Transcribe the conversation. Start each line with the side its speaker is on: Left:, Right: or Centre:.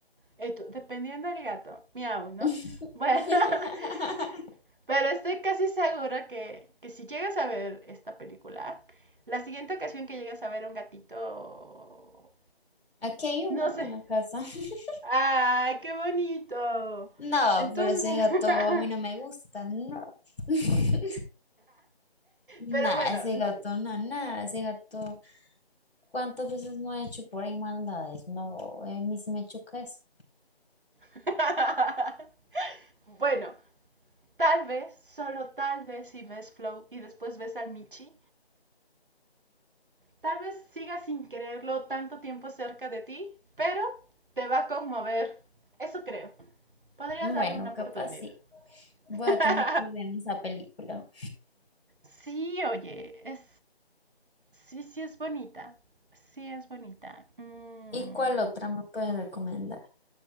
Right: esto, dependiendo del gato, miau, ¿no?
Left: <laughs>
Right: Bueno, <laughs> pero estoy casi segura que, que si llegas a ver esta película, la siguiente ocasión que llegas a ver a un gatito,
Left: Aquí hay uno
Right: no sé,
Left: en la casa. <laughs>
Right: Ay, qué bonito.
Left: No,
Right: Entonces,
Left: pero ese
Right: <laughs>
Left: gato a mí no me gusta, no. <laughs> Nada,
Right: pero bueno,
Left: ese
Right: no.
Left: gato, no, nada, ese gato. ¿Cuántas veces no ha hecho por ahí maldades? No, a mí sí me choca eso.
Right: <laughs> bueno, tal vez, solo tal vez si ves Flow y después ves al Michi, tal vez sigas sin quererlo tanto tiempo cerca de ti, pero te va a conmover. Eso creo. Podrías
Left: Bueno,
Right: darle una
Left: capaz
Right: oportunidad.
Left: sí. Voy
Right: <laughs>
Left: a tener que ver esa película.
Right: sí, oye, es... Sí, sí es bonita. Sí es bonita. Mm.
Left: ¿Y cuál otra me puedes recomendar?